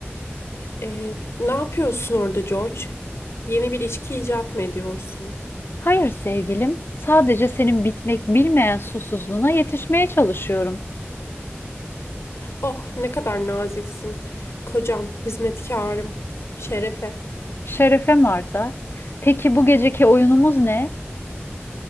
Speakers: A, on the left (about 80°); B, on the left (about 55°).
A: Ee, ne yapıyorsun orada George? Yeni bir içki icat mı ediyorsun?
B: Hayır sevgilim. Sadece senin bitmek bilmeyen susuzluğuna yetişmeye çalışıyorum.
A: Oh ne kadar naziksin. Kocam, hizmetkarım, şerefe.
B: Şerefe Marta. Peki bu geceki oyunumuz ne?